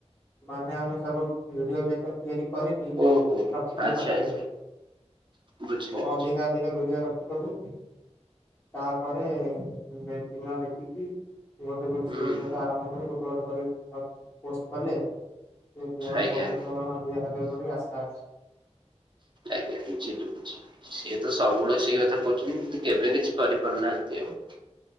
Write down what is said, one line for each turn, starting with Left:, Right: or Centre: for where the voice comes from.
Left: ମାନେ ଆମେ ସବୁ ଭିଡିଓ ଯାକ ତିଆରି କରିକି
Right: ଓହୋ
Left: ରଖିବୁ
Right: ଆଚ୍ଛା
Left: ପାଖରେ
Right: ଆଚ୍ଛା ବୁଝିଲି ବୁଝିଲି
Left: ଅଧିକା ଅଧିକା ବିଡିଆ ରଖିଦବୁ ତାପରେ ଚହିନ ଦେଖିକି। ଗୋଟେ ଗୋଟେ ସେଇ
Right: ହୁଁ
Left: ଦିନଟା ଆରମ୍ଭ କରି ଗୋଟେ ଗୋଟେ କରି ପୋଷ୍ଟ କଲେ ସେ ଦେର
Right: ଆଜ୍ଞା
Left: ପ୍ରବେଷକ
Right: ଆଜ୍ଞା
Left: ମାନ ଅଧିକା ହାତରେ ପଢି ଆଶା ଅଛି
Right: ଆଜ୍ଞା। ବୁଝିଲି ଲୁଝଛି <inaudible> ସିଏ ତ ସବୁବେଳେ ସେଇ କଥା କହୁଚନ୍ତି କିନ୍ତୁ କେବେ କିଛି କରି ପାରୁନାହାନ୍ତି ଆଉ